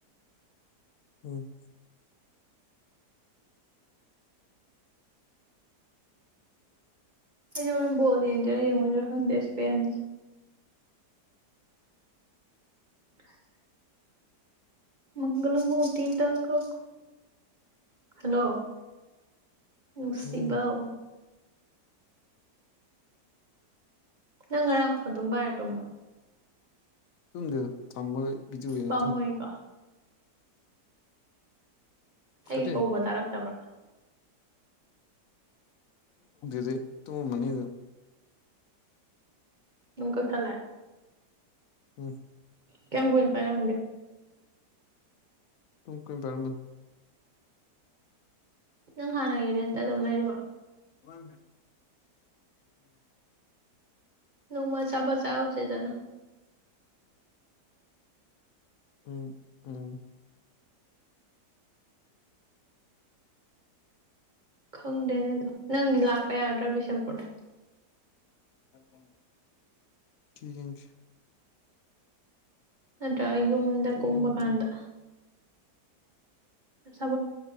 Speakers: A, on the left; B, on the right.
A: ꯎꯝ
B: ꯑꯩꯝꯣꯜꯉꯦꯁꯄꯤꯦꯟꯁ <unintelligible> ꯃꯒꯂ ꯃꯨꯇꯤꯇ ꯀꯣ ꯍꯂꯣ ꯅꯨꯡꯁꯤꯕꯎ
A: ꯎꯝ
B: ꯅꯪ ꯉꯔꯥꯡ ꯐꯣꯟꯗꯝ ꯄꯥꯏꯔ ꯇꯣꯕ
A: ꯇꯨꯝꯗꯦꯗ ꯊꯝꯃꯒ ꯕꯤꯗꯤꯑꯣꯅꯨꯝ
B: ꯄꯥꯝꯃꯨꯏꯀꯣ ꯑꯩꯒꯤ
A: ꯀꯇ
B: ꯀꯧꯕ ꯇꯥꯔꯛꯇꯕ꯭ꯔꯥ
A: ꯍꯗꯦ ꯇꯨꯃ ꯃꯅꯤ ꯑꯗꯨ
B: ꯅꯣꯡ ꯀ ꯊꯜꯂꯦ
A: ꯎꯝ
B: ꯀꯃ ꯣꯅ ꯄꯥꯏꯔ
A: ꯇꯨꯡ ꯀꯝ ꯄꯔꯝꯅ
B: ꯅꯪ ꯍꯥꯟꯒꯦꯔ ꯑꯇ ꯇꯝꯅ ꯏꯔꯤꯕ
A: ꯋꯥ
B: ꯅꯣꯡ ꯃ ꯆꯥꯕꯁꯥꯎꯖꯦꯗꯅ
A: ꯎꯝ ꯎꯝ
B: ꯈꯪꯗꯦꯅꯦ ꯑꯗꯣ ꯅꯪꯗꯤ ꯂꯥꯛꯄ ꯌꯥꯒꯗ꯭ꯔꯥ ꯕꯤꯁꯦꯝꯄꯨꯔꯗ
A: ꯀ
B: ꯅꯠꯇ꯭ꯔ ꯏ ꯌꯗ
A: ꯀꯔꯤ
B: ꯀꯨꯝꯕ
A: ꯌꯦꯡꯉꯨꯗꯣꯏꯅꯣ
B: ꯀꯥꯟꯗ ꯁ